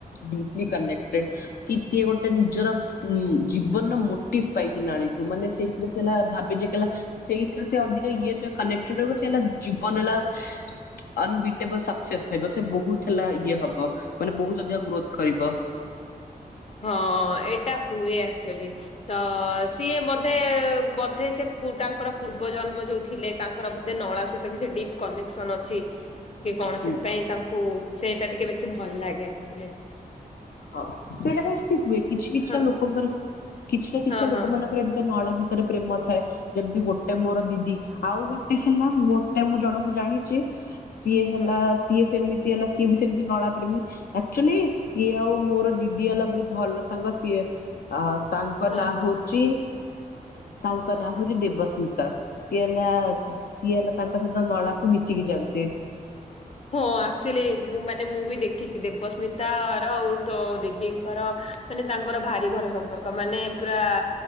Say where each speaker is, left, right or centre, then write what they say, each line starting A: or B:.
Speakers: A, on the left; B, on the left.
A: ଡିପଲି କନେକ୍ଟେଡ୍ କି କିଏ ଗୋଟେ ନିଜର ଉଁ ଜୀବନ ମୋଟିଭ ପାଇଚି ନା ନାଳୀଠୁ ମାନେ ସେଥିରେ ସିଏ ଭାବିଚି କଲା ସେଇଥିରେଧିକ ଇଏ କନେ ସେ ହେଲା ଜୀବ ନେଲା ଅନ୍ ବିଟେବଲ ସକ୍ସେସ୍ ପାଇ ସେ ବହୁତ ହେଲା ଇଏ ହବ ମାନେ ବହୁତ ଅଧିକ ଗ୍ରୋଥ କରିବ।
B: ହଁ ଏଇଟା ହୁଏ ଆକ୍ଚୁଆଲି ତ ସିଏ ବୋଧେ, ବୋଧେ ସେ ତାଙ୍କର ପୂର୍ବ ଜନ୍ମ ଯୋଉ ଥିଲେ ତାଙ୍କର ବୋଧେ ନଳା ସହିତ କିଛି ଡିପ୍ କନେକ୍ସନ ଅଛି। କି କଣ?
A: ହୁଁ
B: ସେଥିପାଇଁ ତାଙ୍କୁ ସେଇଟା ଟିକେ ବେଶୀ ଭଲ ଲାଗେ, ଆଚୁଲି
A: ହଁ ସେଇଟା ବି ଏମତି ହୁଏ, କିଛି କିଛିଟା
B: ହଁ
A: ଲୋକଙ୍କର କିଛିଟା କିଛିଟା
B: ହଁ
A: ଲୋକ
B: ହଁ
A: ମାନଙ୍କର ଏମିତି ନଳ ଭ ଭିତରେ ପ୍ରେମ ଥାଏ, ଯେମିତି ଗୋଟେ ମୋର ଦିଦି ଆଉ ଗୋଟେ ହେଲା ଗୋଟେ ମୁଁ ଜଣଙ୍କୁ ଜାଣିଛି ସିଏ ହେଲା,
B: ହଁ ହଁ
A: ସିଏ ସେମିତି ହେଲା ସିଏ ବି ସେମିତି ନଳା ପ୍ରେମୀ, ଆକ୍ଚୁଆଲି ସିଏ ଆଉ ମୋର ଦିଦି ହେଲା ବହୁତ ଭଲ ସାଙ୍ଗ ସିଏ ଅ ତାଙ୍କ
B: ହଁ
A: ନାଁ
B: ହଁ।
A: ହଉଛି ତାଙ୍କ ନାଁ ହଉଛି ଦେବସ୍ମିତା, ସିଏ ହେଲା ସିଏ ହେଲା ତାଙ୍କ ସହିତ ନଳା କୁ ମିଶିକି ଯାଆନ୍ତେ।
B: ହଁ ଆଚୁଅଲି ମୁଁ ମାନେ, ମୁଁ ବି ଦେଖିଛି, ଦେବସ୍ମିତା ର ଆଉ ତୋ ଦିଦି ର ମାନେ ତାଙ୍କର ଭାରି ଭଲ ସମ୍ପର୍କ ମାନେ ପୁରା